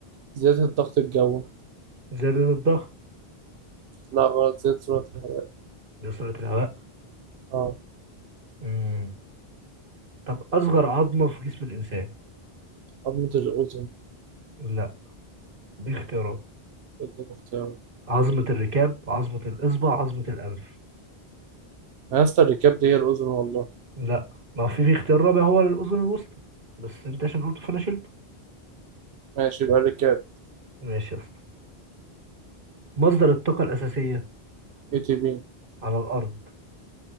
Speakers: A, on the right (about 80°); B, on the right (about 55°).
A: زيادة الضغط الجوي
B: زيادة الضغط
A: لا غلط زيادة سرعة الهواء
B: دي سرعة الهواء
A: اه
B: مم. طب أصغر عظمة في جسم الإنسان
A: عظمة الأذن
B: لا دي اختيارات
A: اديني اختيارات
B: عظمة الركاب عظمة الإصبع عظمة الأنف
A: أنا يا اسطى الركاب دي هي الأذن والله
B: لا ما في في اختيار رابع هو الأذن الوسطى بس أنت عشان قلته فأنا شلته
A: ماشي يبقى الركاب
B: ماشي يا اسطى مصدر الطاقة الأساسية
A: اي تي بي
B: على الأرض